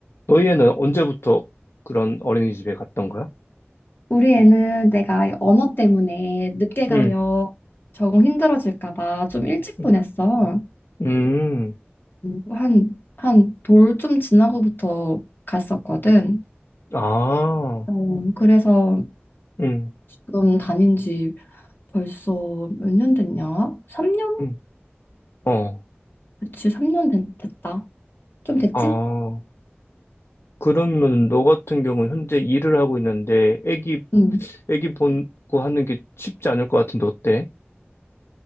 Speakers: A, on the left; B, on the left.
A: 너희는 언제부터 그런 어린이집에 갔던 거야?
B: 우리 애는 내가 언어 때문에 늦게 가면
A: 응.
B: 적응 힘들어질까 봐 좀 일찍
A: 음.
B: 보냈어.
A: 음.
B: 음. 한, 한 돌 좀 지나고부터 갔었거든.
A: 아,
B: 어, 그래서
A: 응,
B: 지금 다닌 지 벌써 몇 년 됐냐? 3년?
A: 응, 어,
B: 그치, 3년 됐, 다좀 됐지?
A: 아. 그러면 너 같은 경우는 현재 일을 하고 있는데 애기
B: 응.
A: 애기 보고 하는 게 쉽지 않을 것 같은데 어때?